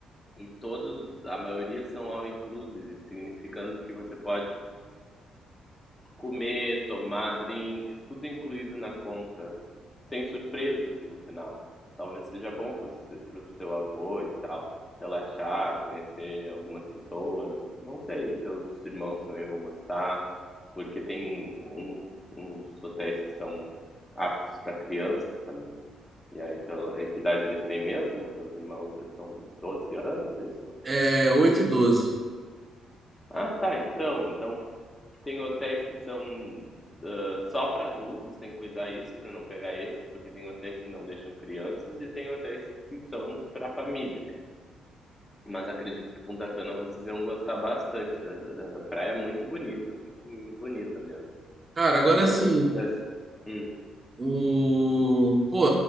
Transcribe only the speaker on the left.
e todos, a maioria são all inclusive, significando que você pode Comer, tomar drinks, tudo incluído na conta, sem surpresas no final. Talvez seja bom para o seu avô e tal, relaxar, conhecer algumas pessoas. Não sei, seus irmãos também vão gostar, porque tem uns, uns hotéis que são aptos para crianças também. E aí, pela e que idade eles têm mesmo, teus irmãos? Eles são 12 anos, é isso?
Ah, tá, então. Então tem hotéis que são ah, só para adultos, tem que cuidar isso para não pegar esse, porque tem hotéis que não deixam crianças e tem hotéis que são para família. Mas acredito que Punta Cana vocês iam gostar bastante. A a praia é muito bonita, muito bonita mesmo.
Talvez
pudesse. Hum.